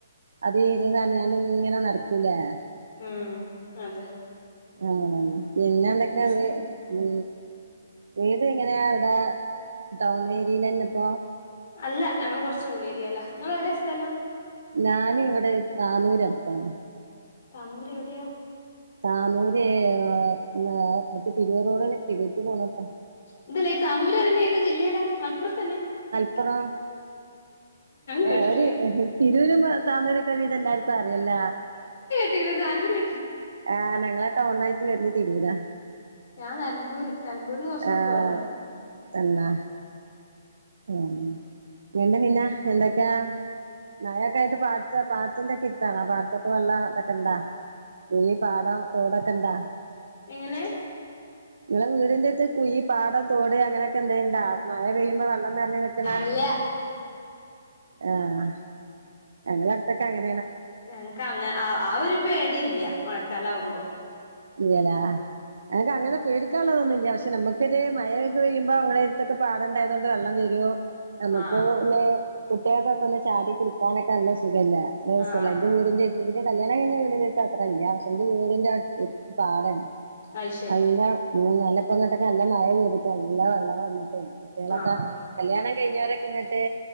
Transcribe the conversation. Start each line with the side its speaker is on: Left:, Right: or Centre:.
Right: അത ത ഇങ്ങനെ നടക്കൂലേ
Left: ഉം അതെ
Right: ആതന്നെ പിന്നെ എന്തൊക്കെ
Left: എന്താ
Right: അത്
Left: ചെയ്യണ്
Right: ഉ വീട് എങ്ങനെയാ ഇവിടെ ടൗൺ ഏരിയൽ തന്നെ ഇപ്പോ
Left: അല്ല ഞങ്ങള് കൊറച്ച് ഉള്ളേരിയലാ നിങ്ങൾ എവിടെയാ സ്ഥലം
Right: ഞാനും ഇവിടെ നാന്നൂര് അടുത്താനെ
Left: തന്മുര എവിടെയാ
Right: താനൂര് മ തിരുവറോട് തിരുവക്ക് പോണത്ത
Left: ഇന്തല്ല താനൂരറനെ ഏത് ജില്ലയല്ലാ ആലപ്പുറത്തന്നെ
Right: അപ്പറം
Left: കേട്ടിട്ടില്ല
Right: ഏ ഒരു തിരുവൂരമ്പ തന്നൂരൊക്കെ വീടെല്ല എല്ലാവർക്കുമറിയാം അതല്ല
Left: ഏതാലൂലെ
Right: ആഹ് ഞങ്ങളെ ടൗണായിട് വർനെ തിരൂര
Left: ഞാൻ നിലമ്പൂര് നിലമ്പൂരിന്ന് കുറച്ചുകൂടെ
Right: ആഹ
Left: പോരണം
Right: തന്നെ ഉ ഇണ്ട് പിന്നെ എന്തൊക്കെ മഴോക്കായിട്ട് പാടത്തെ പാടത്തിൻ്റക്കെ എട്ത്താണാ പാടത്തൊക്കെ വെള്ളം തൊക്കെ ഇണ്ടാ കുഴി പാടം തോടൊക്കെ ഇണ്ടാ
Left: എങ്ങനെ
Right: നിങ്ങളെ വീടിന്റെട്ത് കുയി പാടം തോട് അങ്ങനെയൊക്കെ ന്തേണ്ടാ മഴ പെയ്യുമ്പോ വള്ള - ള്ളറഞ് നിക്ക്‌ണേ
Left: ഇല്ല
Right: ആഹ ഞങ്ങള ടുത്തൊക്കങ്ങെനെ
Left: ഞങ്ങക്ക് അങ്ങനെ അ ആ ഒരു പേടി ഇല്ല്യ മഴക്കാലാവുമ്പോ
Right: ഇല്ലലേ ഞങ്ങക്ക് അങ്ങനെ പേടിക്കാനുള്ളതൊന്നുല്ല പക്ഷെ നമുക്കത് മഴൊക്കെ പെയ്യുമ്പോ ങ്ങളെ എടുത്തൊക്കെ പാടണ്ടായതൊണ്ട് വെള്ളം വരോ നമുക്ക്
Left: ആഹ്
Right: ന്നെ കുട്ട്യാകൊക്കൊന്ന് ചാടി കുളിക്ക പാണക്ക നല്ല സു ല്ല രസല്ലാന്റെ
Left: ആഹ് ആഹ്
Right: വീടിന്റെ എടുത്ത് കൂട്യ കല്യാണം കഴിഞ്ഞ വീടിന്റെത്ത് അത്ര ഇല്ല പക്ഷെ എന്റെ വീടിൻന്റെ എട്ത് പാടാണ്
Left: അയ്ശരി
Right: അല്ലാം ഉ നല്ല ഇപ്പോങ്ങട്ടൊക്കെല്ല മഴ പൈതിട്ടെ നല്ല വെള്ളം വന്നിട്ടേ കുട്ട്യാളൊക്കെ
Left: ആഹ്
Right: കല്യാണം കഴിഞ്ഞോറൊക്കെ ഇങ്ങിട്ടെ